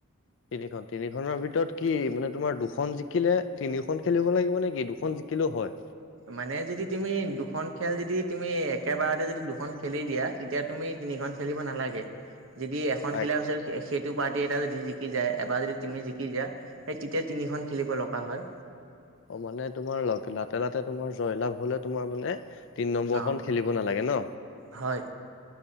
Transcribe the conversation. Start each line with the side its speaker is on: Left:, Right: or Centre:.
Left: তিনিখন তিনিখনৰ ভিতৰত কি মানে তোমাৰ দুখন জিকিলে তিনিওখন খেলিব লাগিব নেকি দুখন জিকিলেও হয়
Right: মানে যদি তুমি দুখন খেল যদি তুমি একেবাৰতে যদি দুখন খেলি দিয়া তেতিয়া তুমি তিনিখন খেলিব নালাগে যদি এখন খেলাচ
Left: এক
Right: সেইটো পাৰ্টি এটা যদি জিকি যায় এবাৰ যদি তুমি জিকি যা সেই তেতিয়া তিনিখন খেলিব লগা হয়
Left: অ মানে তোমাৰ লাতে লাতে তোমাৰ জয়লাভ হলে তোমাৰ মানে তিন নম্বৰখন
Right: অ
Left: খেলিব নালাগে ন
Right: হয়